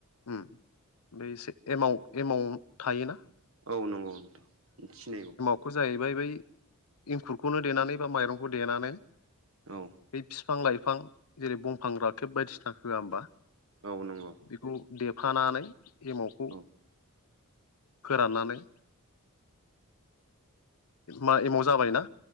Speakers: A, on the left; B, on the right.
A: हम एसे एमाव एमाव थायोना
B: औ नंगौ नोंथां सिनायो
A: बेखौ जाहैबाय बै एंखुरखौनो देनानै बा माइरंखौ देनानै
B: औ
A: बै फिफां लाइफां जेरै बंफां राखेब बायदिसिना होआ होमबा
B: औ नंगौ
A: बेखौ देफानानै एमावखौ
B: औ
A: फोराननानै मा एमाव जाबाय ना